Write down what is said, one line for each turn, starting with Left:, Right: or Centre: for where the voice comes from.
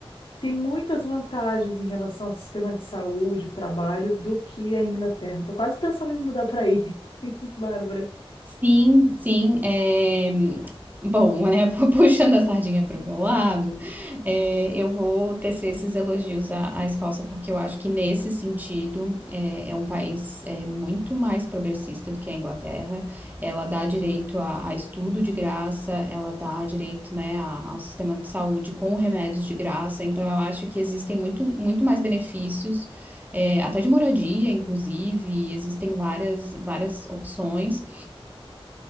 Left: tem muitas vantagens em relação ao sistema de saúde, trabalho, do que a Inglaterra. Tô quase pensando em mudar para aí, <laughs> Bárbara.
Right: Sim, sim, eh, bom, né, <laughs> puxando a sardinha para o meu lado, eh, eu vou tecer esses elogios à à Escócia, porque eu acho que nesse sentido, eh, é um país, eh, muito mais progressista do que a Inglaterra. Ela dá direito a a estudo de graça, ela dá direito, né, a ao sistema de saúde com remédios de graça, então eu acho que existem muito, muito mais benefícios, eh, até de moradia inclusive, existem várias várias opções.